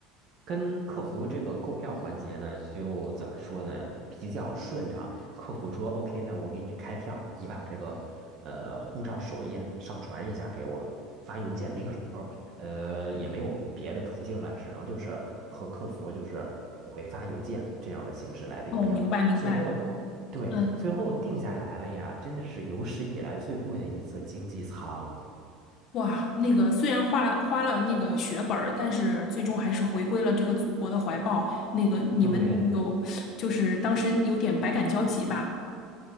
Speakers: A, on the right; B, on the left.
A: 跟客服这个购票环节呢，就怎么说呢，比较顺畅。客服说 OK 那我给你开票，你把这个呃护照首页上传一下给我，发邮件。那个时候呃也没有别的途径了，只能就是和客服就是回发邮件这样的形式来订票。
B: 哦，明白明白，
A: 最后，对，
B: 嗯。
A: 最后定下来了呀，真的是有史以来最贵的一次经济舱。
B: 哇，那个虽然花了花了那个血本儿，但是最终还是回归了这个祖国的怀抱。那个你们有，
A: 对。
B: 就是当时有点百感交集吧？